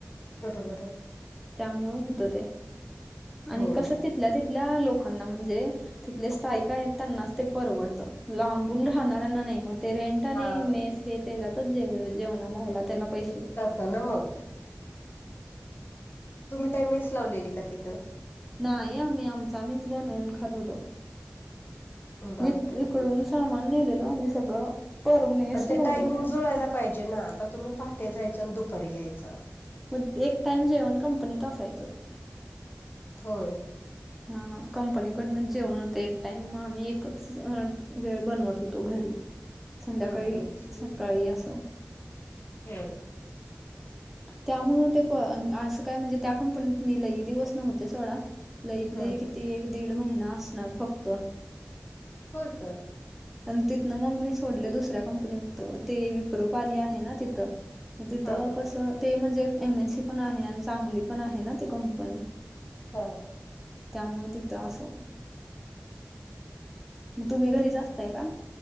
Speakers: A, on the left (about 45°); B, in the centre.
A: बरोबर आहे
B: त्यामुळं होत ते आणि
A: होय.
B: कसं तिथल्या तिथल्या लोकांना म्हणजे तिथले स्थायिक आहेत त्यांनाच ते परवडतं लांबून राहणाऱ्यांना नाही म ते रेंट आणि
A: हा
B: मेस हे ते जातच जे जेवणाला ह्याला त्याला पैसे
A: ताना म तुम्ही काय मेस लावलेली का तिथं
B: नाही आम्ही आमच आम्हीच बनवून खात होतो
A: बापरे!
B: इकडूनच सामान नेलेलो आम्ही सगळं पर मेस
A: पण ते
B: एवढी
A: टायमिंग
B: काय
A: जुळायला पाहिजे ना आता तुम्ही पहाटे जायच्या आणि दुपारी यायचा
B: मग एक टाइम जेवण कंपनीत असायचं
A: होय
B: हा कंपनी कडनच जेवण होत एक टाइम म आम्ही एकच वेळ बनवत होतो घरी
A: <inaudible>
B: संध्याकाळी
A: हम्म.
B: सकाळी असं
A: <inaudible>
B: त्यामुळं ते प असं काय म्हणजे त्या कंपनीत मी लई दिवस नव्हते सोडा लईत
A: हम्म
B: लई किती एक दीड महिना असणार फक्त
A: होय का
B: पण तिथनं मग मी सोडले दुसऱ्या कंपनीत ते विप्रो कार्या आहे ना तिथं म तिथं
A: हा
B: कसं ते म्हणजे एमएसी पण आहे आणि चांगली पण आहे ना ती कंपनी
A: हा
B: त्यामुळं तिथं असो म तुम्ही घरीच का?